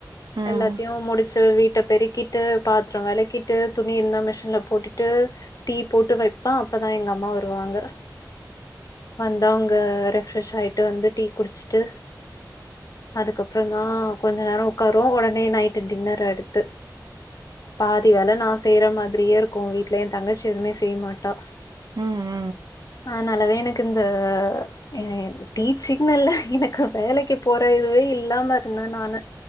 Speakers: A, on the right (about 75°); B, on the left (about 50°).
A: ம்
B: எல்லாத்தயுமுடிச்சு வீட்ட பெருக்கிட்டு பாத்திரோ வெளக்கிட்டு துணி இருந்தா மிஷின்ல போட்டுட்டு ட்டு டீ போட்டு வெப்பே அப்பதா எங்க அம்மா வருவாங்க வந்து அவுங்க ரெஃப்ரெஷ் ஆயிட்டு வந்து டீ குடிச்ட்டு அதுக்கப்பறந்தா கொஞ்ச நேரோ ஒக்கார்வோ ஒடனே நைட்டு டின்னரு அடுத்து பாதி வேல நா செய்ற மாதிரியே இருக்கு வீட்ல ஏ தங்கச்சி எதுமே செய்யமாட்டா
A: ம் ம்
B: ஆனாலவே எனக்கிந்த எ எனக் டீச்சிங்ன்னு இல்ல எனக்கு வேலைக்கு போற இதுவே இல்லாம இருந்தே நானு